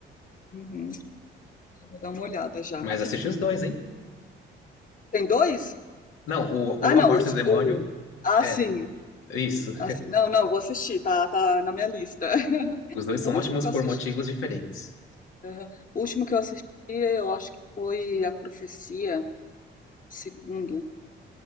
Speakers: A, on the left; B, on the left.
A: Uhum. Vou dar uma olhada já.
B: mas assiste os dois, hein?
A: Tem dois?
B: Não, o,
A: Ah,
B: o
A: não.
B: A
A: Os,
B: do Demônio
A: o... Ah,
B: é
A: sim.
B: isso.
A: Assim, não, não, vou assistir, tá, tá na minha lista. <laughs>
B: Os dois são
A: O último
B: ótimos
A: que
B: por
A: eu assisti,
B: motivos diferentes.
A: aham, o último que eu assisti, eu acho que foi A Profecia, segundo,